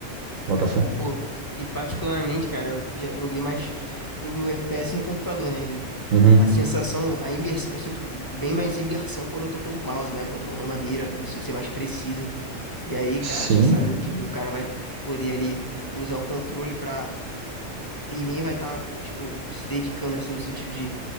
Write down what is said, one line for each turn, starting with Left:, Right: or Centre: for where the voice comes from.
Right: Bota fé.
Left: Pô, e particularmente, cara, eu já joguei mais... Jogo FPS no computador, né? E
Right: Uhum.
Left: a sensação, a imersão... Eu sinto bem mais imersão quando eu tô pelo mouse, né? Controlando a mira, eu consigo ser mais preciso. E aí, cara,
Right: Sim.
Left: pensando que o cara vai poder ali usar o controle pra. E nem vai estar, tipo, se dedicando assim, no sentido de